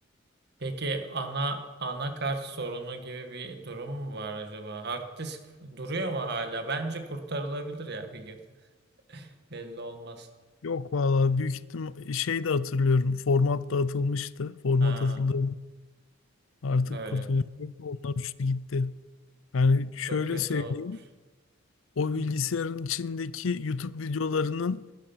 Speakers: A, on the right; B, on the left.
A: Peki ana anakart sorunu gibi bir durum mu var acaba? Hard disk duruyor mu hala? Bence kurtarılabilir ya bir gün. <laughs> Belli olmaz.
B: Yok valla büyük ihtim şey de hatırlıyorum. Format da atılmıştı Format
A: Ha,
B: atıldı. Artık
A: öyle
B: kurtuluş
A: bir.
B: yok. Onlar uçtu gitti. Yani şöyle
A: Çok kötü
B: söyleyeyim.
A: olmuş.
B: O bilgisayarın
A: Hı.
B: içindeki YouTube videolarının